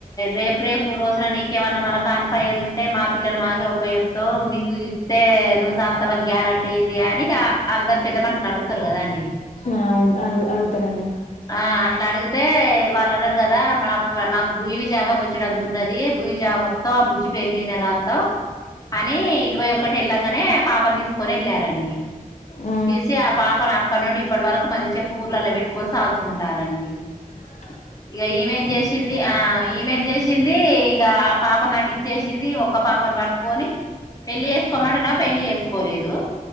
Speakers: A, on the left; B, on the left.
A: రేపు రేపు రోజున నీకేమన్నా మళ్ కాప్ పయ్యేదు ఉంటే మా పిల్లలు మాకే ఓప్ప చెప్తావ్ మీకు ఇస్తే నువ్వు సాదుతావని గ్యారెంటీ ఏంది అని చ అందరు పెద్ద మనుషులు అడుగుతారు కదా అండి
B: ఆ అవు అ అడుగుతారంండి
A: ఆ అట్లా అడిగితే వాళ్ళు అన్నారు కదా మా మాకు భూవి జాగ బొచ్చడు అంత ఉన్నది భూమి జాగ మొత్తం ఆ బు బుజ్జి పేరు మీదనే రాత్రం అని ఇరవై ఒక్కటి వెళ్ళంగానే పాపం తీసుకొని వెళ్ళారండి
B: ఆ
A: తీసి ఆ పాపను అప్ప నుండి ఇప్పటి వరకు మంచిగా పువ్వులల్ల పెట్టుకొని సాదుకుంటారండి
B: అట్టిపల్లె
A: ఇగ ఇమె ఏం చేసింది ఆ ఇమె ఏం చేసింది ఇగ ఆ పాపను నాటి చేసింది ఒక్క పాపను పట్టుకొని పెళ్లి చేసుకోమంటున్నావ్ పెళ్లి చేసుకోలేదు